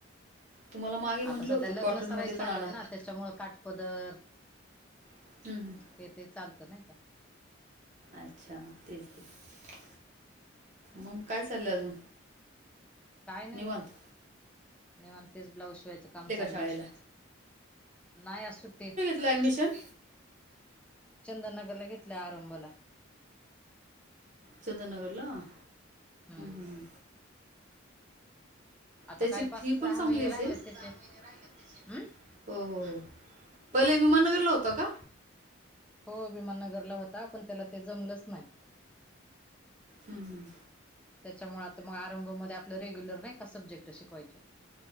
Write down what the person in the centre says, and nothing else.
आता सध्या
लग्न
सराई चालूय
ना त्याच्यामुळे काठपदर
हे ते चालत नाही का?
काय नाही
बघा निवांत तेच ब्लाउज शिवायचं काम चालले
नाही आज सुट्टी आहे.
चंदनगर ला घेतल्या आरंभला
हम्म
आता
काय पाच
सहा
महिने
राहिलेत
त्याचे
हम्म
होभमाननगरला होता पण त्याला ते जमलंच नाही
त्याच्यामुळे आता मग आरंभ म आपलं रेग्युलर नाही का सब्जेक्ट शिकवायचे